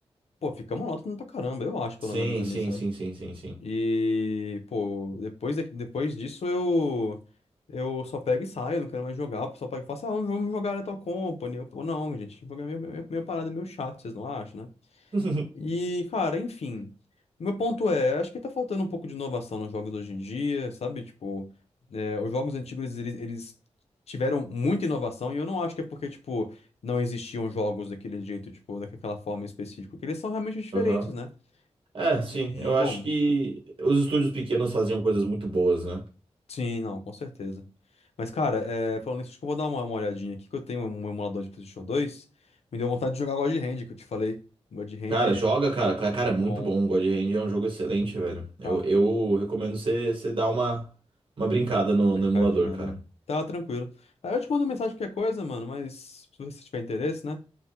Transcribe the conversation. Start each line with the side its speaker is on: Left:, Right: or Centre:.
Left: Pô, fica monótono pra caramba, eu acho,
Right: Sim,
Left: pelo menos ali,
Right: sim,
Left: sabe?
Right: sim, sim, sim, sim.
Left: E, pô, depois, da- depois disso eu, eu só pego e saio, eu não quero mais jogar. O pessoal pega e fala assim, ah, vamos vamos jogar Lethal Company. Eu, pô, não, gente, jogar é meio, meio, meio parada, meio chato, vocês não acham, né?
Right: <laughs>
Left: E, cara, enfim. o Meu ponto é, acho que tá faltando um pouco de inovação nos jogos hoje em dia, sabe? Tipo, é, os jogos antigos, eles, eles tiveram muita inovação e eu não acho que é porque, tipo, não existiam jogos daquele jeito, tipo, daquela forma específica, porque eles são realmente diferentes,
Right: Aham.
Left: né?
Right: É,
Left: E,
Right: sim, eu
Left: bom...
Right: acho que os estúdios pequenos faziam coisas muito boas, né?
Left: Sim, não, com certeza. Mas, cara, é, falando nisso, acho que eu vou dar uma, uma olhadinha aqui, que eu tenho um emulador de PlayStation dois Me deu vontade de jogar God Hand, que eu te falei. God Hand,
Right: Cara, joga, cara. Ca- Cara, é muito
Left: bom,
Right: bom. O God Hand é um jogo excelente, velho. Eu,
Left: tá, uma
Right: eu recomendo você você dar uma, uma brincada no,
Left: brincadinha,
Right: no emulador, cara.
Left: né? Tá tranquilo. Aí eu te mando mensagem qualquer coisa, mano, mas se você tiver interesse, né?